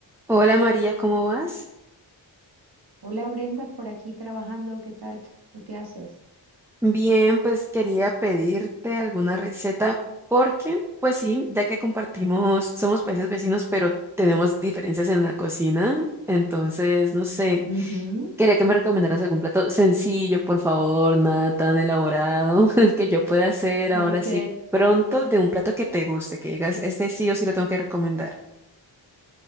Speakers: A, in the centre; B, on the right (about 55°).
A: Hola María, ¿cómo vas?
B: Hola Brenda, por aquí trabajando, ¿qué tal? ¿Tú qué haces?
A: Bien, pues quería pedirte alguna receta porque, pues sí, ya que compartimos, somos países vecinos, pero tenemos diferencias en la cocina, entonces, no sé,
B: Ujú.
A: quería que me recomendaras algún plato sencillo, por favor, nada tan elaborado <laughs> que yo pueda hacer ahora
B: Ok,
A: sí pronto de un plato que te guste, que digas, este sí o sí lo tengo que recomendar.